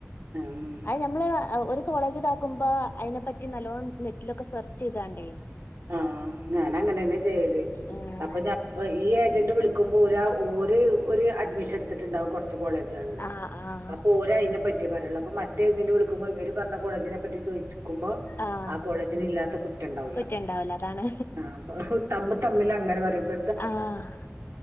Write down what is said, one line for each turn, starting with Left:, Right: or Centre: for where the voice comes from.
Right: ആഹ്.
Left: അത് ഞമ്മള് ഒരു കോളേജ് ഇതാക്കുമ്പോ അയിനെ പറ്റി നല്ലോണം നെറ്റിലൊക്കെ സെർച്ച്‌ ചെയ്താണ്ടീ.
Right: ആ ഞാൻ അങ്ങനെ തന്നെ ചെയ്യല്
Left: ഉം
Right: അപ്പൊ ഞ ഈ ഏജന്റ് വിളി ക്കുമ്പോ ഓരോ ഓര് ഒരു അഡ്മിഷൻ എടുത്തിട്ടുണ്ടാവും കൊ റീച്ച് കോളേജ് ആണ്
Left: ആഹ് ആഹ്
Right: അപ്പോ ഓര് അയിനെപ ക്കേ പറയുള്ളൂ അപ്പൊ മറ്റേ ഏജന്റ് വിളിക്കുമ്പോ ഇവര് പറഞ്ഞു കോളേജിനെ പറ്റി ചോദിച്ചു. ക്കുമ്പോ
Left: ആഹ്
Right: ആ കോളേജിനെ ഇല്ലാത്ത കു റ്റണ്ടാവൂല്ല.
Left: കുറ്റണ്ടാവൂല അതാണ്
Right: ആ അപ്പൊ തമ്മ് തമ്മിൽ അങ്ങനെ പറയുമ്പ
Left: ആഹ്